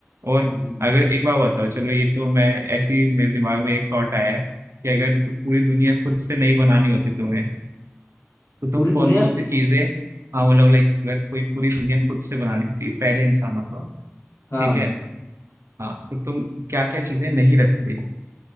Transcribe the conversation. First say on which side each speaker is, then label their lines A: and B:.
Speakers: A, on the right; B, on the left.
A: और
B: हम्म।
A: अगर एक बात बताओ चलो ये तो मैं ऐसे ही मेरे दिमाग में एक थॉट आया है कि अगर पूरी दुनिया खुद से नहीं बनानी होती तुम्हें तो तुम
B: पूरी
A: कौन
B: दुनिया
A: कौन सी चीजें हाँ मतलब लाइक अगर कोई पूरी दुनिया खुद से बनानी होती पहले इंसानों को
B: हाँ
A: ठीक
B: हाँ
A: है हाँ तो तुम क्या क्या चीजें नहीं रखते